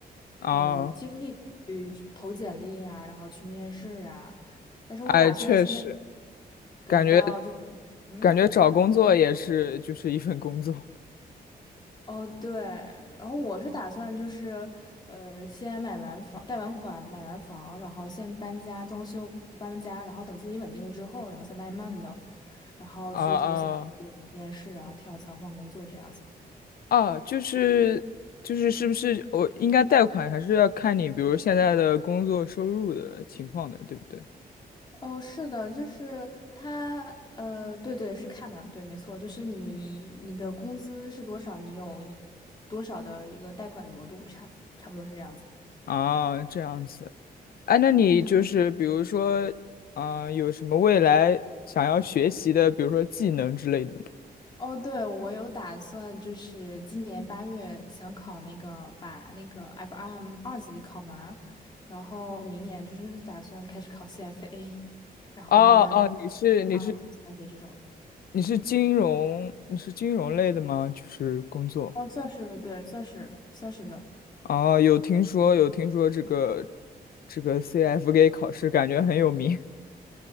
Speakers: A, on the left; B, on the left.
A: 啊，
B: 呃精力去投简历啊，然后去面试啊。但是我打算现在
A: 哎，确实，
B: 等到就
A: 感觉
B: 嗯
A: 感觉找工作也是就是一份工作。
B: 哦对，然后我是打算就是呃先买完房，贷完款买完房，然后先搬家装修搬家，然后等自己稳定了之后，然后再慢慢的，然后去投简历、
A: 啊啊
B: 面试，然后跳槽换工作这样子。
A: 啊！就是就是，是不是我应该贷款，还是要看你，比如现在的工作收入的情况的，对不对？
B: 哦，是的，就是他，呃，对对，是看的，对，没错，就是你你的工资是多少，你有一多少的一个贷款的额度，差差不多是这样子。
A: 啊，这样子。哎，那你就是比如说，
B: 嗯，
A: 啊，有什么未来想要学习的，比如说技能之类的吗？
B: 哦，对，我有打算，就是今年八月想考那个，把那个 FRM 二级考完，然后明年就是打算开始考 CFA，然后慢慢
A: 哦哦，你是你是
B: 二级、三级这种的。
A: 你是金融，你是金融类的吗？就是工作。
B: 哦，算是对，算是算是的。
A: 哦，有听说有听说这个这个 CFA 考试，感觉很有名。